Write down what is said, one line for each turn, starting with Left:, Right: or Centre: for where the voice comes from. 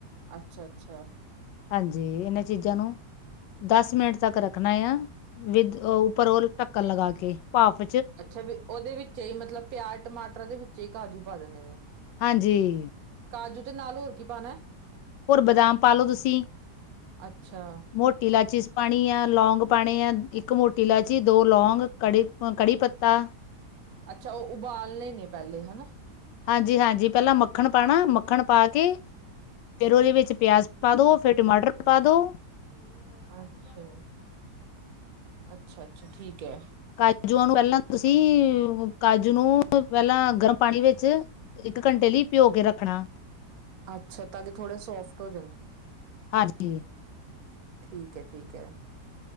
Right: ਅੱਛਾ ਅੱਛਾ।
Left: ਹਾਂਜੀ, ਇਹਨਾਂ ਚੀਜ਼ਾਂ ਨੂੰ ਦਸ ਮਿੰਟ ਤੱਕ ਰੱਖਣਾ ਆ, ਵਿਦ ਉੱਪਰ ਉਹ ਢੱਕਣ ਲਗਾ ਕੇ ਭਾਫ
Right: ਅੱਛਾ ਵੀ ਉਹਦੇ ਵਿੱਚੇ ਈ ਮਤਲਬ ਪਿਆਜ ਟਮਾਟਰ ਦੇ ਵਿੱਚੇ ਈ ਕਾਜੂ ਪਾ ਦੇਣੇ ਆ?
Left: ਹਾਂਜੀ।
Right: ਕਾਜੂ ਤੇ ਨਾਲ ਹੋਰ ਕੀ ਪਾਉਣਾ ਏ?
Left: ਹੋਰ ਬਦਾਮ ਪਾ ਲੋ ਤੁਸੀਂ
Right: ਅੱਛਾ,
Left: ਮੋਟੀ ਇਲਾਚੀ ਪਾਣੀ ਆ, ਲੌਂਗ ਪਾਉਣੇ ਆ, ਇੱਕ ਮੋਟੀ ਇਲਾਚੀ, ਦੋ ਲੌਂਗ, ਕੜੀ ਅ ਕੜੀ ਪੱਤਾ
Right: ਅੱਛਾ, ਉਹ ਉਬਾਲਣੇ ਨੇ ਪਹਿਲੇ ਹਨਾ?
Left: ਹਾਂਜੀ, ਹਾਂਜੀ, ਪਹਿਲਾਂ ਮੱਖਣ ਪਾਣਾ, ਮੱਖਣ ਪਾ ਕੇ ਫੇਰ ਉਹਦੇ ਵਿੱਚ ਪਿਆਜ ਪਾ ਦੋ, ਫੇਰ ਟਮਾਟਰ ਪਾ ਦੋ।
Right: ਅੱਛਾ, ਅੱਛਾ, ਅੱਛਾ, ਠੀਕ ਹੈ!
Left: ਕਾਜੂਆਂ ਨੂੰ ਪਹਿਲਾਂ ਤੁਸੀਂ ਕਾਜੂ ਨੂੰ ਪਹਿਲਾਂ ਗਰਮ ਪਾਣੀ ਵਿੱਚ ਇੱਕ ਘੰਟੇ ਲਈ ਪਿਓ ਕੇ ਰੱਖਣਾ।
Right: ਅੱਛਾ, ਤਾਂ ਕਿ ਥੋੜ੍ਹੇ ਸੌਫਟ ਹੋ ਜਾਣ।
Left: ਹਾਂਜੀ।
Right: ਠੀਕ ਹੈ, ਠੀਕ ਹੈ!